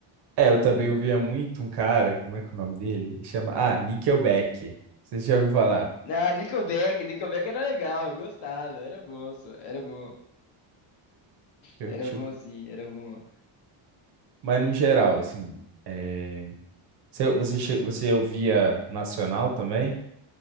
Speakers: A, on the right; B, on the left.
A: É, eu também ouvia muito um cara, como é que é o nome dele? Chama, ah, Nickelback. Você já ouviram falar?
B: Na Nickelback, Nickelback era legal, eu gostava, era bom, só- era bom,
A: Deixa eu-
B: era
A: deixa
B: bom
A: eu-
B: assim, era bom.
A: Mas no geral, assim, é, você, você, che- você ouvia nacional também?